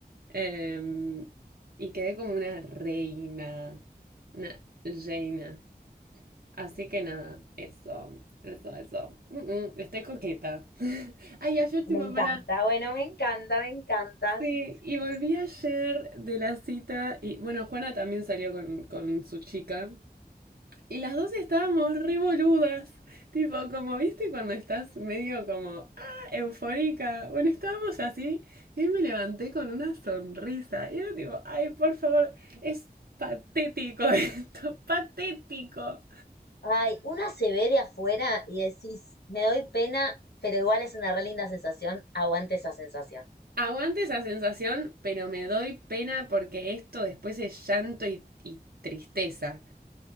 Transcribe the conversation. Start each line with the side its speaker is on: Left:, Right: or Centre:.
Right: Eh, y quedé como una reina, una reina. Así que nada, eso, eso, eso. Mm, mm, estoy coqueta. Ay, ayer tipo,
Left: Me encanta,
Right: para
Left: bueno, me encanta, me encantas.
Right: Sí, y volví ayer de la cita y bueno, Juana también salió con, con su chica y las dos estábamos re boludas, tipo como viste cuando estás medio como, ah, eufórica, bueno, estábamos así y ahí me levanté con una sonrisa y era tipo, ay, por favor, es patético <laughs> esto, patético.
Left: Ay, una se ve de afuera y decís, me doy pena, pero igual es una re linda sensación, aguante esa sensación.
Right: Aguante esa sensación, pero me doy pena porque esto después es llanto y, y tristeza.